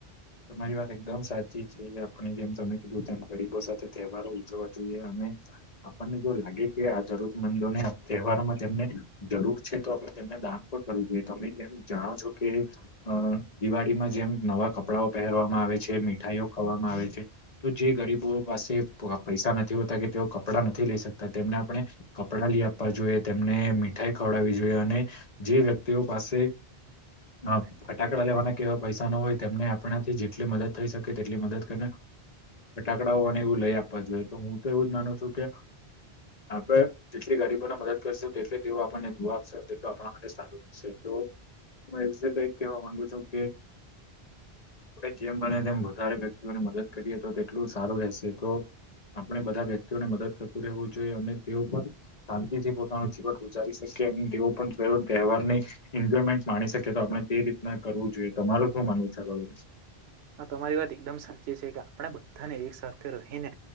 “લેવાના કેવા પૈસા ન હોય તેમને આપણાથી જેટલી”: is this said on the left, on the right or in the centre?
Left